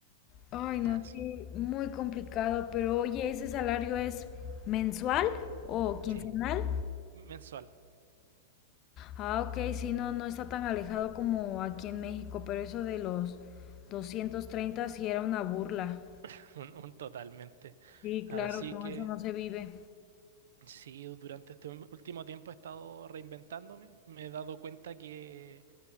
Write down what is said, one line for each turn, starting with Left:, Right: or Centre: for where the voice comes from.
Left: Ay, no,
Right: Así
Left: sí,
Right: que,
Left: muy complicado, pero oye, ¿ese salario es mensual o quincenal?
Right: sí, mensual,
Left: Ah, ok, sí, no, no está tan alejado como aquí en México, pero eso de los 230 sí era una burla.
Right: <laughs> un, un totalmente.
Left: Sí,
Right: Así
Left: claro, con
Right: que...
Left: eso no se vive.
Right: Sí, durante este ul- último tiempo he estado reinventándome. Me he dado cuenta que